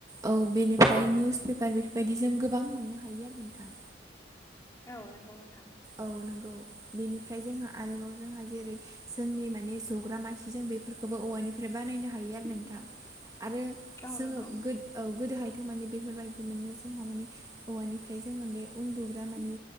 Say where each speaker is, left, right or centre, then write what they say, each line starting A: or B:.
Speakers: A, on the right; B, on the left.
A: औ बेनिफ्राय निउस पेपार बेफोरबायदि जों गोबां मोननो हायो आरो नोंथां
B: औ नंगौ नोंथां
A: औ नंगौ बेनिफ्राय जोंहा आरोबाव जों जेरै जोंनि माने जग्रा मासेजों बेफोरखौबो औवानिफ्राय बानायनो हायो आरो नोंथां आरो
B: औ
A: जोङो
B: नंगौ
A: गोद औ गोदोहायथ' माने बेफोरबायदि मोनो जोंहा माने औवानिफ्राय जोङो बे उन्दु ग्रा माने